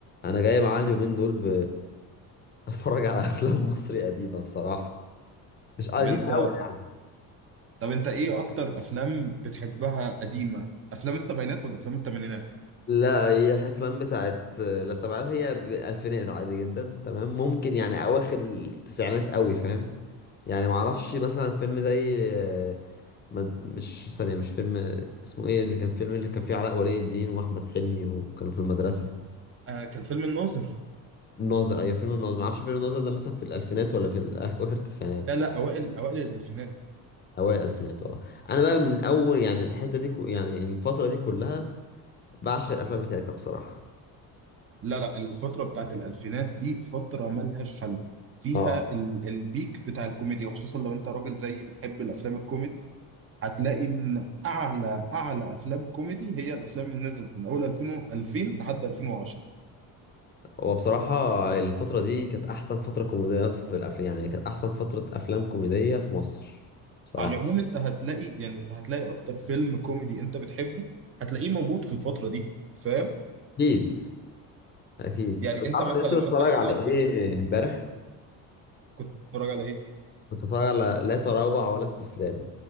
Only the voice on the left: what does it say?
انا جاي معاه اليومين دول ب... اتفرج <laughs> على افلام مصري قديمه بصراحه مش قديمه
قوي يعني
لا هي افلام بتاعت لا سبعات هي الفينات عادي جدا تمام ممكن يعني اواخر التسعينات قوي فاهم يعني ما اعرفش مثلا فيلم زي آه، مد... مش ثانيه مش فيلم اسمه ايه اللي كان فيلم اللي كان فيه علاء ولي الدين واحمد حلمي وكانوا في المدرسه
الناظر ايوه فيلم الناظر ما اعرفش فيلم الناظر ده مثلا في الالفينات ولا في الأخ- اواخر التسعينات
اوائل الالفينات اه انا بقى من اول يعني الحته دي كو يعني الفتره دي كلها بعشق الافلام بتاعتها بصراحه
اه
هو بصراحه الفتره دي كانت احسن فتره كوميديه في الافلام يعني كانت احسن فتره افلام كوميديه في مصر بصراحه
اكيد اكيد
طب
عارف
انا لسه بتفرج
على
ايه
امبارح
كنت بتفرج على لا تراجع ولا استسلام